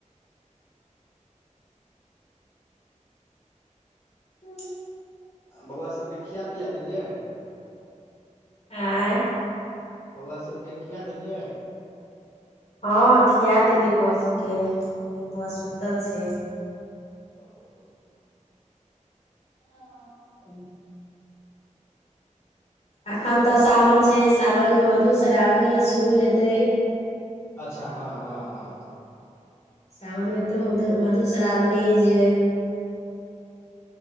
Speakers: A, on the left; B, on the left.
A: हूँ
B: बौआ सभकेँ खिया पिया देलियै
A: आँय
B: बौआ सबके खिया देलियै
A: हँ खिया देली बौआ सभ के बौआ सुतल छै
B: ओ <inaudible>
A: <unintelligible> एखन तऽ सावन छै सावनमे मधुश्रावणी शुरू हेतै
B: अच्छा हँ हँ हँ
A: सावनमे तऽ मधु मधुश्रावणी जे